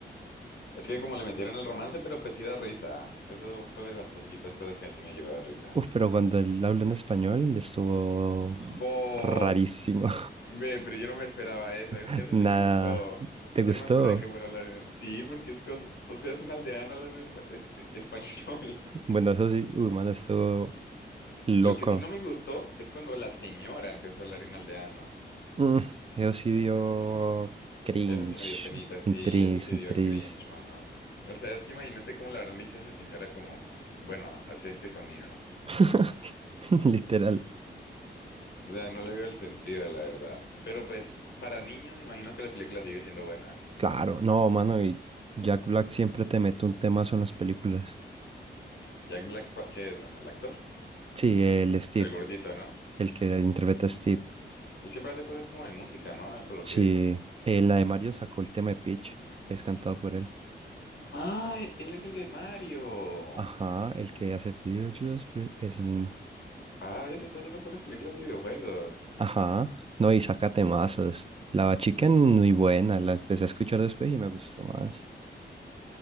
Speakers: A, on the left; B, on the right.
A: Es que como le metieron el romance, pero pues sí da risa. Eso fue de las poquitas cosas que así me llegó a dar risa.
B: Uf, pero cuando él habló en español estuvo
A: Bof,
B: rarísimo.
A: ve, pero yo no me esperaba eso, eso,
B: <laughs>
A: eso
B: Nada.
A: sí me gustó.
B: ¿Te
A: Yo
B: gustó?
A: no me esperaba que fuera a hablar en... Sí, porque es que, os- o, sea, es un aldeano hablando en espa- eh, eh, español. <laughs>
B: Bueno, eso sí, uy, mano, estuvo loco.
A: Lo que sí no me gustó es cuando la señora empezó a hablar en aldeano.
B: Mm, eso sí dio cringe.
A: Eso sí me dio penita, sí,
B: Un tris,
A: eso sí
B: un
A: dio
B: tris.
A: cringe, mano. O sea, es que imagínate cómo le habrán dicho a esa señora como, bueno, hace este sonido.
B: <laughs> <laughs> Literal.
A: O sea, no le veo el sentido, la verdad. Pero pues, para niños me imagino que la película sigue siendo buena.
B: Claro, no, mano, y Jack Black siempre te mete un temazo en las películas.
A: Jack Black, ¿cuál- ¿qué es, mano? El actor,
B: Sí, el Steve,
A: el gordito, ¿no?
B: el que interpreta a Steve.
A: Él siempre hace cosas como de música, ¿no? Eh, Por lo
B: Sí,
A: que he visto.
B: en la de Mario sacó el tema de Peach, es cantado por él.
A: Ah, él es el de Mario.
B: Ajá, el que hace Peach, just Pe- ese mismo.
A: A veces está haciendo puras películas de videojuegos.
B: Ajá, no, y saca temazos. La Bad Chicken, muy buena, la empecé a escuchar después y me gustó más.